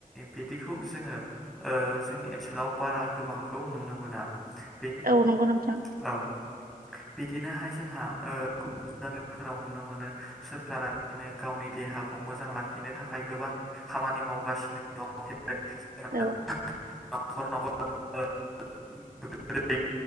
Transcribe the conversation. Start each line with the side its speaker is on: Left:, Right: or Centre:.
Centre: बिदि खौ जोङो जोंनि ओनसोलाव बारा गोबांखौ नुनो मोना। बेनि
Right: औ नंगौ नोंथां।
Centre: औ बिदिनोहाय जोंहा <unintelligible> फोराव नुनो मोनो सोरखारा बिदिनो गावनि देहाखौ मोजां लाखिनो थाखाय गोबां खामानि मावगासिनो दं <unintelligible>
Right: औ
Centre: न'खर न'खर <unintelligible>